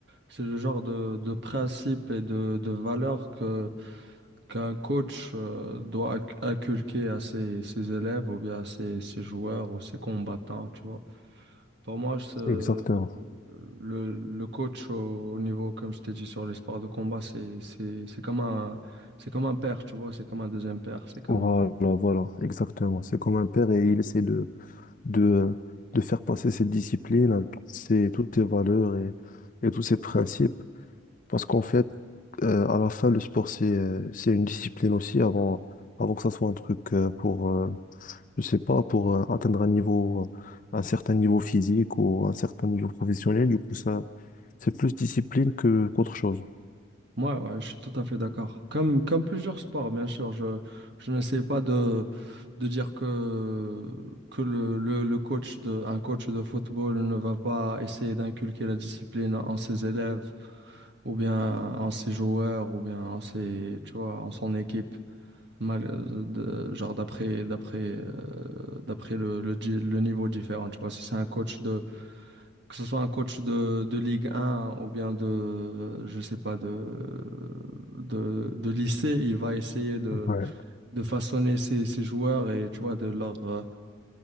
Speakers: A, on the right; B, on the left.
A: C'est le genre de, de principe et de, de valeur que, qu'un coach euh, doit inc- inculquer à ses, ses élèves ou bien à ses, ses joueurs ou ses combattants, tu vois. Pour moi, je- euh,
B: exactement.
A: le, le coach au, au niveau, comme je t'ai dit, sur les sports de combat, c'est, c'est, c'est comme un, c'est comme un père, tu vois, c'est comme un deuxième père, c'est comme
B: Voilà,
A: un,
B: voilà, exactement. C'est comme un père et il essaie de de, de faire passer cette discipline, ces, toutes ces valeurs et, et tous ces principes. Parce qu'en fait, euh, à la fin, le sport, c'est, euh, c'est une discipline aussi avant, avant que ça soit un truc euh, pour, euh, je sais pas, pour euh, atteindre un niveau, euh, un certain niveau physique ou un certain niveau professionnel. Du coup, ça, c'est plus discipline que, qu'autre chose.
A: Ouais, ouais, je suis tout à fait d'accord. Comme, comme plusieurs sports, bien sûr, je, je n'essaie pas de, de dire que, que le, le, le coach de, un coach de football ne va pas essayer d'inculquer la discipline en ses élèves, ou bien en ses joueurs, ou bien en ses, tu vois, en son équipe, mal, euh, de, genre d'après, d'après, euh, d'après le, le, di- le niveau différent. Tu vois, si c'est un coach que ce soit un coach de, de Ligue 1 ou bien de, je sais pas, de, de, de lycée, il va essayer de,
B: Ouais.
A: de façonner ses, ses joueurs et, tu vois, de leur, euh,